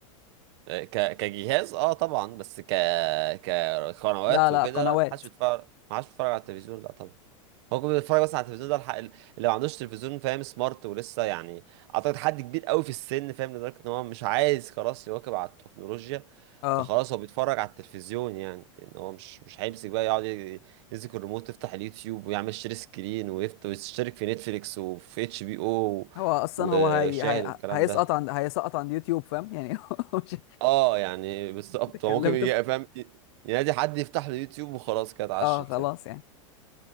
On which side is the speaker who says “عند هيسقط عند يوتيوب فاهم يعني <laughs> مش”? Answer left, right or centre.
Left